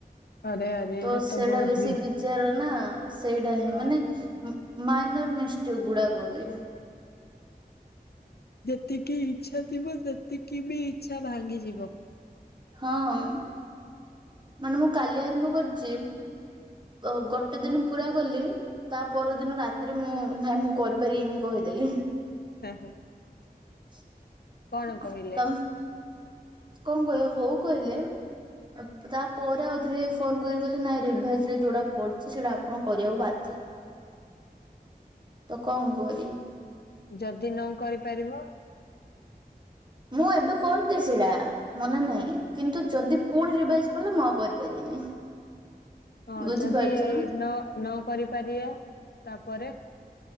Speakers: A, on the left; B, on the right.
A: ଆରେ ଆରେ
B: ତୋ
A: ଏଇଟା
B: ସେଇଟା
A: ତ ବହୁତ
B: ବେଶୀ ବିଜାର ନା, ସେଇଟା ହିଁ
A: ହଁ
B: ମାନେ ଉଁ ମାଇନର୍ ମିଷ୍ଟେକ ଗୁଡାକ କହୁଚି।
A: ଯେତିକି ଇଚ୍ଛା ଥିବ ସେତିକି ବି ଇଚ୍ଛା ଭାଙ୍ଗିଯିବ।
B: ହଁ ଅ। ମାନେ ମୁଁ କାଲି ଆରମ୍ଭ କରିଛି। ଅ ଗଟେ ଦିନ ପୁରା କଲି। ତା ପରଦିନ ରାତିରେ ମୁଁ ନାଇଁ ମୁଁ କରିପାରିବିନି କହିଦେଲି।
A: ହେଲେ
B: <inaudible>
A: କଣ କହିଲେ?
B: ତ କଣ କହେ ହଉ କହିଲେ। ତାପରେ ଆଉ ଥରେ ଫୋନ କରିକି କହିଲେ ନାଇଁ ରିଭାଇଜ ରେ ଯୋଉଟା ପଡୁଛି ସେଟା ଆପଣ କରିବାକୁ ବାଧ୍ୟ। ତ କଣ କରି
A: ଯଦି ନ କରିପାରିବ?
B: ମୁଁ ଏବେ କରିଦେଇ ସେଡ଼ା ମନେ ନାଇଁ। କିନ୍ତୁ ଯଦି ପୁଣି ରିଭାଇଜ କଲେ ମୁଁ ଆଉ କରିପାରିବିନି।
A: ହଁ
B: ବୁଝିପାରୁଛ
A: ଯଦି ନ
B: ନା
A: ନ କରିପାରିବ ତାପରେ